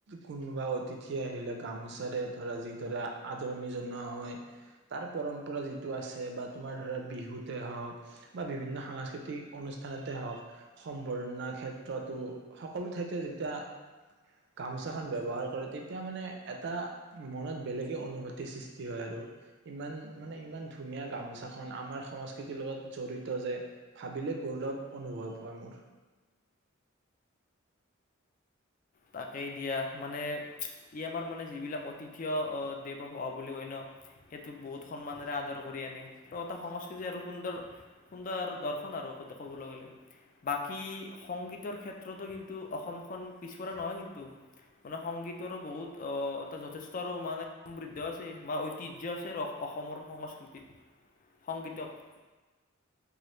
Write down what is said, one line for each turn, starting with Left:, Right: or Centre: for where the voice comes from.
Right: কোনোবা অতিথি আহিলে গামোচাৰে ধৰা যি দৰে আদৰণি জনোৱা হয়। তাৰ পৰম্পৰা যিটো আছে বা তোমাৰ ধৰা বিহুতে হওক বা বিভিন্ন সাংস্কৃতিক অনুষ্ঠানতে হওঁক সম্বৰ্ধনাৰ ক্ষেত্ৰতো সক সকলো ঠাইতে যেতিয়া গামোচাখন ব্যৱহাৰ কৰে তেতিয়া মানে এটা মনত বেলেগে অনুভূতিৰ সৃষ্টি হয় আৰু! ইমান মানে ইমান ধুনীয়া গামোছাখন আমাৰ সংস্কৃতিৰ লগত জড়িত যে, ভাবিলে গৌৰৱ অনুভৱ হয় মোৰ।
Left: তাকেই দিয়া মানে ই আমাৰ মানে যিবিলাক অতিথিয় দেৱ ভৱ বুলি কয় ন সেইটোক বহুত সন্মানেৰে আদৰ কৰি আনে আৰু এটা সংস্কৃতি আৰু সুন্দৰ-সুন্দৰ আৰু দৰ্শন আৰু ক'বলৈ গ'লে। বাকী সংগীতৰ ক্ষেত্ৰতো কিন্তু অসমখন পিছ পৰা নহয় কিন্তু? মানে সংগীতৰো বহুত অ এটা যথেষ্ট আৰু মানে সমৃদ্ধ আছে বা ঐতিহ্য আছে আৰু অসমৰ সংস্কৃতিত, সংগীতক।